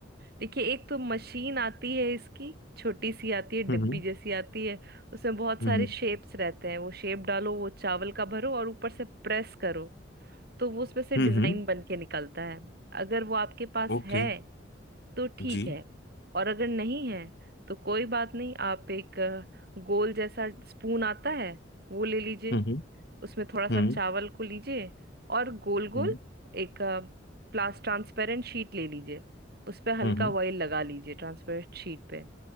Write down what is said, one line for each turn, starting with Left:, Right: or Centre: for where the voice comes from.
Right: देखिए एक तो मशीन आती है इसकी छोटी सी आती है
Left: हम्म
Right: डिब्बी जैसी आती है उसमें बहुत
Left: हम्म
Right: सारे शेप्स रहते हैं वो शेप डालो वो चावल का भरो और ऊपर से प्रेस करो तो वो उसमें से
Left: हम्म
Right: डिजाइन
Left: हम्म, हम्म,
Right: बन के निकलता है अगर वो आपके पास
Left: ओके
Right: है तो ठीक
Left: जी
Right: है और अगर नहीं है तो कोई बात नहीं आप एक अ, गोल जैसा स्पून आता है वो ले लीजिए
Left: हम्म
Right: उसमें थोड़ा सा
Left: हम्म
Right: चावल को लीजिए और गोल गोल
Left: हम्म
Right: एक प्लास ट्रांसपेरेंट शीट ले लीजिए उस पर हल्का
Left: हम्म हम्म
Right: ऑयल लगा लीजिए ट्रांसपेरेंट शीट पे